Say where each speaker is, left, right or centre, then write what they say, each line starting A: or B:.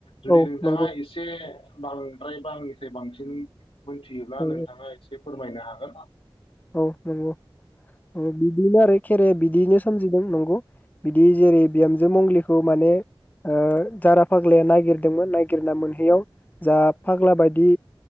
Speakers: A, on the left; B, on the left.
A: जुदि
B: औ
A: नोंथाङा
B: नंगौ
A: एसे बांद्राय बा आंनिफ्राय बांसिन मिथियोब्ला
B: औ
A: नोंथाङा एसे फोरमायनो हागोन
B: औ नंगौ उम बिदिनो आरो खेराया बिदियैनो सोमजिदों नंगौ बिदि जेरै बिहामजो मंलिखौ माने ओ जारा फाग्लाया नागिरदोंमोन नायगिरना मोनहैयाव जा फाग्ला बायदि